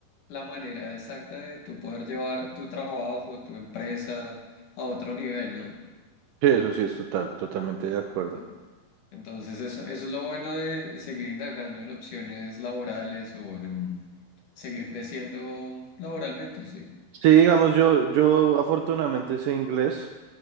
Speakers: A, on the left; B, on the right.
A: la manera exacta de tú poder llevar tu trabajo, tu empresa a otro nivel, ¿no?
B: Sí, eso sí es total, totalmente de acuerdo.
A: En- Entonces eso, eso es lo bueno de seguir indagando en opciones laborales o en seguir creciendo laboralmente, sí.
B: Sí, digamos, yo, yo afortunadamente sé inglés